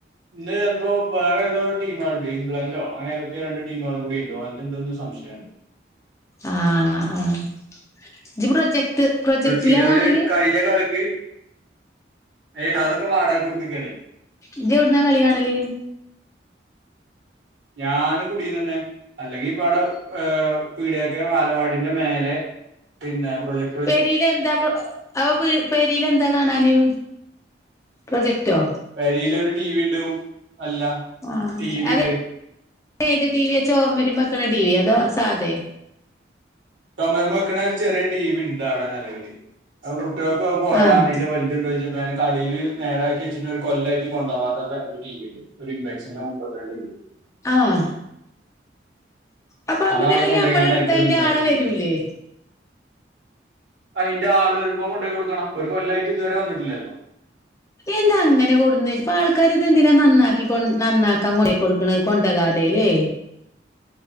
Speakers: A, on the right; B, on the left.
A: ഇന്ന് ചെൽപ്പോ വേറെ ഏതോരു ടീമേൾണ്ട് ഇംഗ്ല ണ്ടോ അങ്ങനേതൊക്കെ രണ്ട് ടീമുകളും കൂടി ഇണ്ട്. ഓൽത് ണ്ട്ന്ന് സംശയണ്ട്
B: ആഹ് ജ്ജ് പ്രൊജക്ട് പ്രൊജക്ടിലാ
A: ബ്രസീലുകാര്
B: കാണല്?
A: <unintelligible> കളിക്ക് ഏ അതൊക്കെ വാടകക്ക്‌ കൊട്ത്തക്കാണേ
B: ജ്ജ് എവ്ടുന്നാ കളി കാണല്
A: ഞാന് കുടീന്നന്നെ അല്ലെങ്കി ഇപ്പ ആടെ പീഡ്യൊക്കെ വാലവാടിന്റെ മേലെ പിന്നെ പ്രൊജക്
B: പെരീല് എന്താപ്പ അപ്പൊ പീ പെരീല് എന്താ കാണാന് പ്രൊജക്ടോ
A: പെരീല് ഒരു ടി വി ഇണ്ട് അല്ല
B: ആഹ്
A: ടി വി
B: അത്
A: ഉണ്ട്
B: ഏത് ടി വി ചൊമര്മ്മ വെക്ക്ണ ടി വ്യോ അതോ സാധേ
A: ചൊമര്മ്മ വെക്ക്ണ ഒരു ചെറിയ ടി വി ണ്ട് അവ്ടെ നെലവില്. അപ്പൊ കുട്ട്യാക്ക് അത് പോരാ
B: ആഹ്
A: അയ്ന്റെ വൽ ത്ണ്ടോയ്ച്ചപ്പോ കടേല് നേരാക്കി വച്ചിട്ട് ഒരു കൊല്ലായിട്ട് കൊണ്ടോവാത്ത ഒരു ടി വി ണ്ട് ഒരു ഇമ്പെക്സിന്റെ മുപ്പത്തി രണ്ട് ഇഞ്ജ്
B: ആഹ് അപ്പ അങ്ങനെ
A: അത് അവിടെ
B: അയ്
A: കൊണ്ടുപോയിക്കാണ്ട്
B: നമ്മള് ഇട്ത്ത
A: അതിക്ക്
B: അയ്ന്റെ
A: റീചാർജ്
B: ആള്
A: ചെയ്തു
B: വരൂലേ?
A: അയ്ന്റെ ആള് വര്മ്പോ കൊണ്ടോയി കൊട്ക്കണം. ഒരു കൊല്ലായിട്ട് ഇതുവരെ വന്നിട്ടില്ലല്ലോ.
B: എന്താ അങ്ങനെ കൊട്ന്നെ പ്പ ആൾക്കാരിതെന്തിനാ നന്നാക്കി കൊ നന്നാക്കാൻ കൊണ്ടേ കൊട് ക്ക്ണ കൊണ്ടകാതേല്ലേ